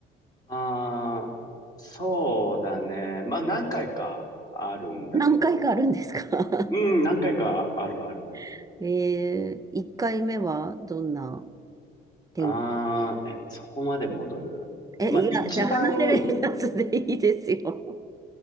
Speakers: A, on the left (about 25°); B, on the right (about 20°).
A: ああ、そうだね。まあ何回かあるんだけど。
B: 何回かあるんですか
A: うん、何回かあるある。
B: <laughs> えー、1回目はどんな天
A: ああ、え、そこまで戻るまあ一番
B: え、いや、じゃあ話せるやつでいいですよ。